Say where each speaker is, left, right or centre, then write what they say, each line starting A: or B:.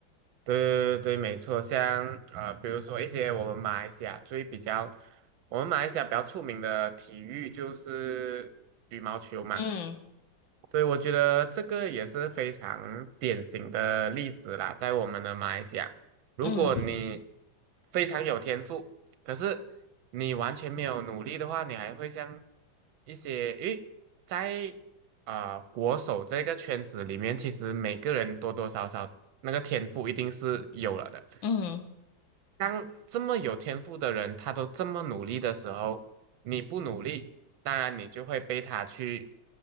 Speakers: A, on the right; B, on the left.
A: 对对对，没错，像呃，比如说一些我们马来西亚最比较，我们马来西亚比较出名的体育就是羽毛球嘛。
B: 嗯
A: 对，我觉得这个也是非常典型的例子啦，在我们的马来西亚，如果嗯你
B: 嗯
A: 非常有天赋，可是你完全没有努力的话，你还会像一些，因为在啊、呃国手这个圈子里面，其实每个人多多少少那个天赋一定是有了的。
B: 嗯
A: 当这么有天赋的人，他都这么努力的时候，你不努力，当然你就会被他去